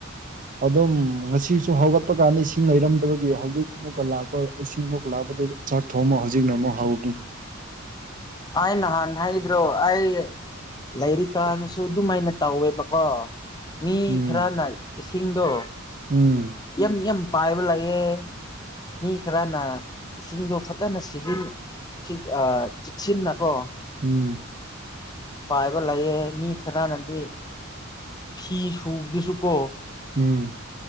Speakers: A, on the right; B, on the left.
A: ꯑꯗꯨꯝ ꯉꯁꯤꯁꯨ ꯍꯧꯒꯠꯄ ꯀꯥꯟꯗ ꯏꯁꯤꯡ ꯂꯩꯔꯝꯗꯕꯒꯤ ꯍꯧꯖꯤꯛ ꯃꯨꯛꯀ ꯂꯥꯛꯄ ꯏꯁꯤꯡꯃꯨꯛ ꯂꯥꯛꯄꯗꯒꯤ ꯆꯥꯛ ꯊꯣꯡꯉꯃꯣ ꯍꯧꯖꯤꯛꯅ ꯑꯃꯨꯛ ꯍꯧꯔꯅꯤ
B: ꯑꯩ ꯅꯍꯥꯟ ꯍꯥꯏ ꯍꯥꯏꯗ꯭ꯔꯣ ꯑꯩ ꯂꯩꯔꯤꯛꯀꯥꯟꯗꯁꯨ ꯑꯗꯨ ꯃꯥꯏꯅ ꯇꯧꯋꯦꯕꯀꯣ ꯃꯤ
A: ꯎꯝ
B: ꯈꯔꯅ ꯏꯁꯤꯡꯗꯣ
A: ꯎꯝ
B: ꯌꯥꯝ ꯌꯥꯝ ꯄꯥꯏꯕ ꯂꯩꯑꯦ ꯃꯤ ꯈꯔꯅ ꯏꯁꯤꯡꯗꯣ ꯐꯖꯅ ꯁꯤꯖꯤꯟ ꯑꯥ ꯏꯁꯤꯡꯅꯀꯣ
A: ꯎꯝ
B: ꯄꯥꯏꯕ ꯂꯩꯑꯦ ꯃꯤ ꯈꯔꯅꯗꯤ ꯐꯤ ꯁꯨꯕꯗꯨꯁꯨ ꯀꯣ
A: ꯎꯝ